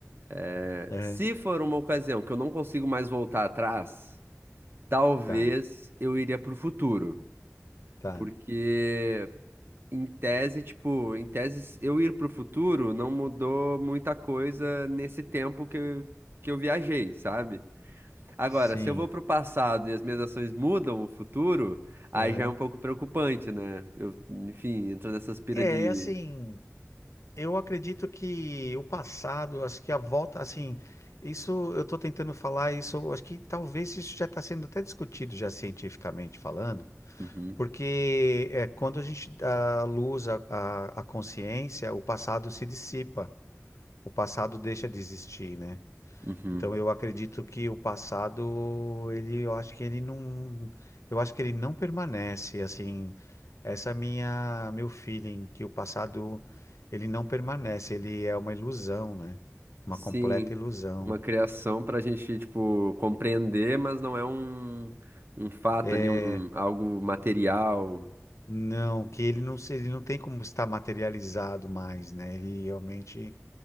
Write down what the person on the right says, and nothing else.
É,
se for uma ocasião que eu não consigo mais voltar atrás, talvez
eu iria pro futuro.
Porque, em tese, tipo, em tese, eu ir pro futuro não mudou muita coisa nesse tempo que eu, que eu viajei, sabe? Agora,
se eu vou pro passado e as minhas ações mudam o futuro, aí
já é um pouco preocupante, né? Eu, enfim, entro nessa aspira
de.
Uhum,
uhum.
Sim,
uma criação pra gente, tipo, compreender, mas não é um, um fato
ali, um, algo material.